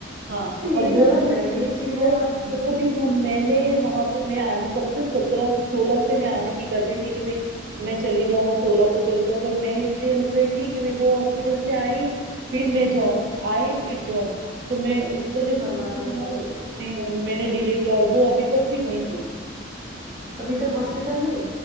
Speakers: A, on the right (about 60°); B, on the right (about 25°).
A: ہاں
B: تو یہ
A: اور دو
B: غلط
A: دن
B: ہے یہ چیز
A: دو
B: صحیح
A: دو دن ہم میں نے وہاں پہ میں آنے کب سے سترہ سے سولہ سے میں آنے کی کر رہی تھی کہ ب میں چلی جاؤں سولہ کو چلی جاؤں پر میں اس لیے رک رہی تھی کہ ب وہ ہاسپٹل سے آئی پھر میں جاؤں آئی پھر جاؤں تو میں اس وجہ
B: فرما
A: سے دو دن
B: رہے ہو
A: میں نے لے کے اور وہ ابھی تک بھی وہی ہے
B: ابھی تک ہاسپٹل میں ہے